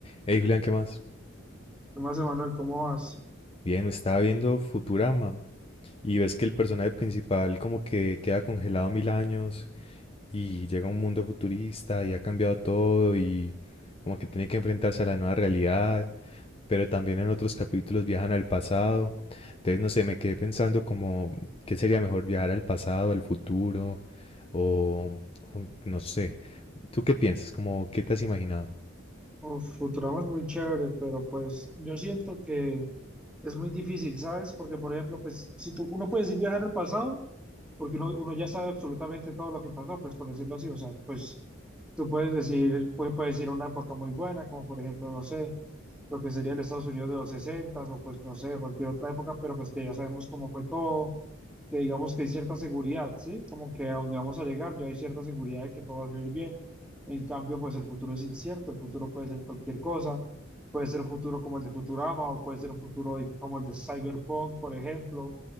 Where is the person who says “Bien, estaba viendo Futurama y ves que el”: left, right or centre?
Left